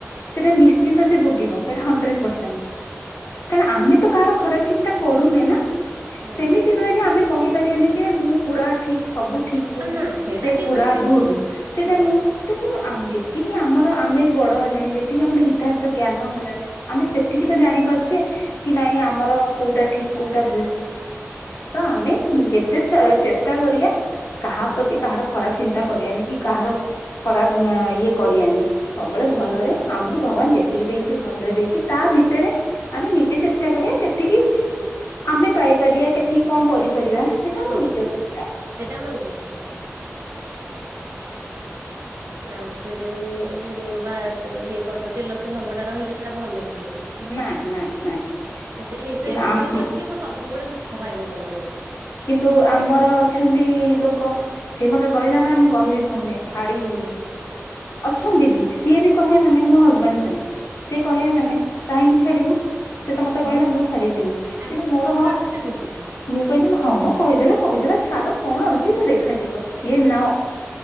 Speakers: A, on the left; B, on the right.
A: ସେଟା ନିଶ୍ଚିନ୍ତ ସେ ଭୋଗିବ ସେଟା ହନ୍ଦ୍ରେଡ ପର୍ସେଣ୍ଟ । କାଁକ ଆମେ ତ କାହାର ଖରାପ ଚିନ୍ତା କରୁନେ ନା ।
B: ହଁ
A: ସେମିତି ନୁହେଁ ଯେ ଆମେ କହିପାରିବାନି ଯେ ମୁଁ ପୁରା ଠିକ ସବୁ ଠିକ କହୁଛି
B: ଆ ନା ସେଇଟା
A: ସେ
B: କିଏ
A: ପୁରା
B: କହିପାରିବ?
A: ଭୁଲ, ସେଟା
B: ହଁ
A: ନୁହଁ ତ କନ୍ତୁ ଯେତିକି ଆମର ଆମେ ବଡ ହେଲେଣି ଯେତିକି ଆମର ହିତାହିତ ଜ୍ଞାନ ହେଲାଣି ଆମେ ସେତିକି ତ ଜାଣିପାରୁଛେ କି ନାଇଁ ଆମର କୋଉଟା ଠିକ କୋଉଟା ଭୁଲ ତ ଆମେ ଯେତେ ଚେଷ୍ଟା କରିବାଆ କାହା ପ୍ରତି କାହାର ଖରାପ ଚିନ୍ତା କରିବାନି କି କାହାର ଖରାପ ଇଏ କରିବନି ସବୁବେଳେ ଭଲରେ ଆମକୁ ଭଗବାନ ଯେତିକି ଦେଇଛି ଭଲରେ ଦେଇଛି ତା ଭିତରେ ଆମେ ନିଜେ ଚେଷ୍ଟା କରିବା କେତିକି ଆମେ ପାଇପାରିବା, କେତିକି କଣ କରିପାରିବା, ସେଇଟା ଆମ
B: ହଁ
A: ନିଜ ଚେଷ୍ଟା ।
B: ସେଇଟା ଆମ ନିଜ ଚେଷ୍ଟା।
A: <inaudible>
B: ଆଉ ସେ ଯୋଉ ଯୋଉ ବା ଇଏ କର ଜେଲସି ଭାବଟା ରହିଲେ ସେଇଟା ଭଲ ନୁହେଁ
A: ନାଇଁ ନାଇଁ ନାଇଁ
B: । ସେଇ
A: କିନ୍ତୁ
B: ଭାବଟା
A: ଆମ
B: ଯଦି ରଖିବ ସବୁବେଳେ ଦୁଃଖ ପାଇବ ମନରେ।
A: କିନ୍ତୁ ଆମର ଅଛନ୍ତି । ଲୋକ ସିଏ ମତେ କହିଲା ମାନେ ମୁଁ କହିବି ମୁହେଁ ମୁହେଁ ଛାଡିବିନି । ଅଛନ୍ତି ବି ସିଏ ବି କହେ ମାନେ ମୁଁ ହଜ ସେମତି ସେ କହିବା ମାନେ କାହିଁକି ଛାଡିବୁ? ସେ ତ ମତେ କହିଲା
B: ହଁ
A: ମୁଁ ଛାଡିବିନି
B: ଆରେ
A: କିନ୍ତୁ
B: ମୋ
A: ମୋର
B: ହଜବେଣ୍ଡ
A: ହକ୍
B: ବି ସେମିତି
A: କହିଲେ ହଉ ମ କହିଦେଲେ କହିଦେଲା ଛାଡ କଣ ଅଛି ସେ ଦେଖାଯିବ, ସିଏ ନାଅ